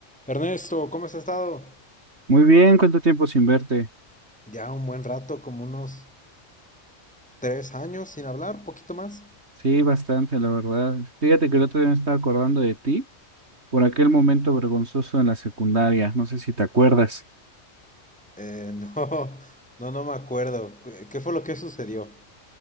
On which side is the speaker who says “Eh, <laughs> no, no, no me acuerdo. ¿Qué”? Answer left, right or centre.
Centre